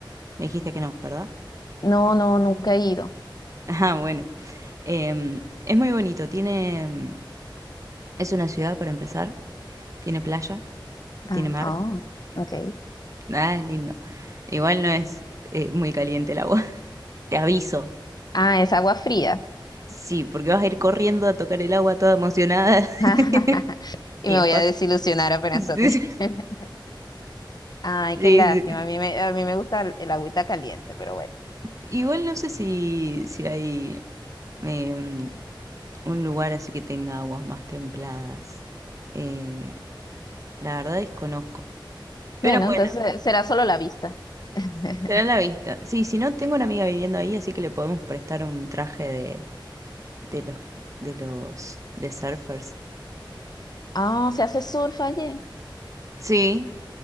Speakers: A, on the right; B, on the left.
A: Me dijiste que no, ¿verdad? <laughs>
B: No, no, nunca he ido.
A: Ah, bueno. Em, es muy bonito. Tiene, em, es una ciudad para empezar. Tiene playa,
B: Ah,
A: tiene mar.
B: oh, ok.
A: Nada, es lindo. Igual no es eh, muy caliente el agua. <laughs> Te aviso.
B: Ah, es agua fría.
A: Sí, porque vas a ir corriendo a tocar el agua toda emocionada.
B: <laughs>
A: <laughs>
B: Y
A: Y
B: me
A: después.
B: voy a desilusionar apenas
A: <laughs>
B: toque.
A: Sí,
B: <laughs> Ay,
A: sí,
B: qué lástima.
A: sí.
B: A mí me, a mí me gusta el, el agüita caliente, pero bueno.
A: Igual no sé si, si hay em, un lugar así que tenga aguas más templadas. Eh, la verdad desconozco. Pero
B: Bueno,
A: bueno,
B: entonces será solo la vista. <laughs>
A: será la vista. Sí, si no, tengo una amiga viviendo ahí, así que le podemos prestar un traje de, de los, de los, de surfers.
B: Ah, se hace surf allí.
A: Sí,